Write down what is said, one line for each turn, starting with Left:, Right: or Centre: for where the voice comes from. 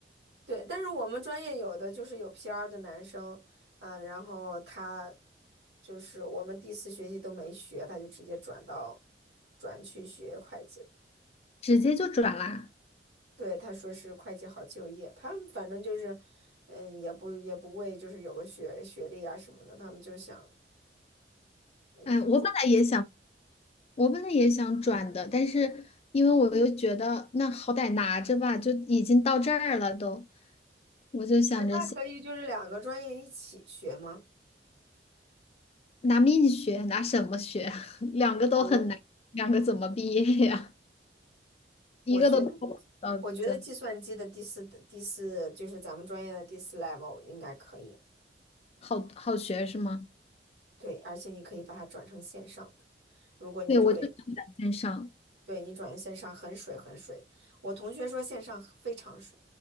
Right: 对，但是我们专业有的就是有 PR 的男生，嗯，然后他就是我们第四学期都没学，他就直接转到转去学会计了。
Left: <laughs> 直接就转啦。
Right: 对，他说是会计好就业，他们反正就是，嗯，也不也不为就是有个学学历啊什么的，他们就想，嗯，
Left: 哎，我本来也想，我本来也想转的，但是因为我又觉得那好歹拿着吧，就已经到这儿了都，我就想着先
Right: 哎，那可以就是两个专业一起学吗？
Left: 拿命学，拿什么学？<laughs> 两个都很难，
Right: 哎，我
Left: 两个怎么毕业呀？一个都。
Right: 我觉得
Left: 到对。
Right: 我觉得计算机的第四第四就是咱们专业的第四 level 应该可以。
Left: 好好学是吗？
Right: 对，而且你可以把它转成线上的。如果你就给，
Left: 对，我就想转线上。
Right: 对，你转成线上很水很水的我同学说线上非常水。